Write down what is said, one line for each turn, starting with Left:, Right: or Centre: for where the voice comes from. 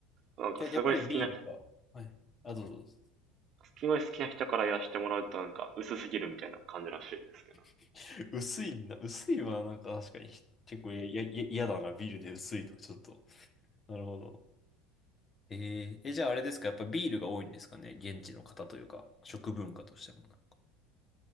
Right: なんかすごい好きな、
Left: や、やっぱりビールか。はい。あ、どうぞどうぞ。
Right: すごい好きな人からやしてもらうとなんか薄すぎるみたいな感じらしいですけど。
Left: <laughs> 薄いんだ。薄いはなんか確かに結構や、や、や嫌だな。ビールで薄いの。ちょっと。なるほど。えー、え、じゃああれですか。やっぱビールが多いんですかね。現地の方というか、食文化としてもなんか。